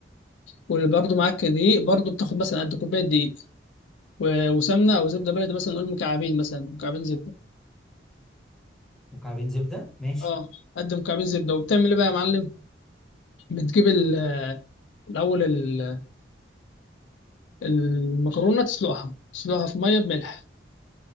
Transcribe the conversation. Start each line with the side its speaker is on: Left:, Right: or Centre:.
Left: وبرضه معاك دقيق برضه بتاخد مثلا قد كوباية دقيق و- وسمنه او زبده بلدي مثلا نقول مكعبين مثلا مكعبين زبده
Centre: مكعبين زبده ماشي
Left: اه قد مكعبين زبده وبتعمل ايه بقى يا معلم بتجيب ال- الاول ال- المكرونه تسلقها تسلقها في ميه بملح